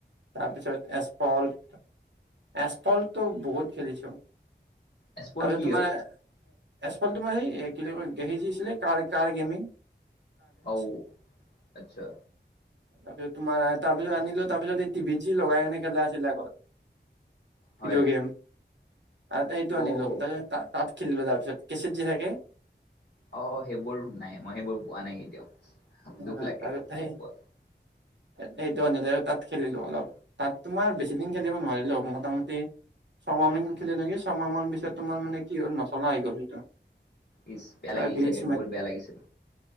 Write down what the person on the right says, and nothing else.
তাৰপিছত, এছফাল্ট, এছফাল্টো বহুত খেলিছো।
তাৰপিছত,
তোমাৰ
এছফাল্ট, তোমাৰ <unintelligible> আছিলে, কাৰ কাৰ গেমিং
<unintelligible>
তাৰপিছত তোমাৰ তাৰপিছত আনিলো। তাৰপিছত, এই টিভিত যি লগাই কেনেকৈ খেলা আছিল আগত। ভিডিঅ'
গেম। সেইটো আনিলো
তাৰপিছত তাত খেলিলো তাৰ পিছত কেছেট যি থাকে
অ
অ
তাতত <unintelligible>
সেই
সেইটো অনিলে তাত খেলিলো অলপ তাত তোমাৰ বেছি দিন খেলিব নোৱাৰিলো মোটামুটি ছামাহ মান খেলিলে নেকি ছমাহ মান পিছত তোমাৰ মানে কি হ'ল নচলা হৈ গ'ল সেইটো
কিবা
গ্লিচ